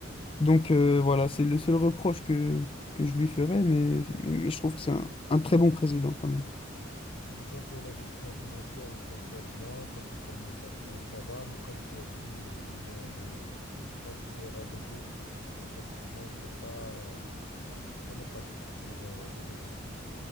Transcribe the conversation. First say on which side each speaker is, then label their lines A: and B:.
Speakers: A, on the left; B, on the left.
A: Donc euh, voilà, c'est le seul reproche que, que je lui ferais, mais, mais, mais je trouve que c'est un un très bon président quand même.
B: Disons pour la gestion financière, il s'en sort bien. Côté communication, ça va. Mais comme tu as dit, euh, disons les, les transferts à gogo euh, chaque saison, c'est pas, c'est néfaste pour, euh, pour l'effectif.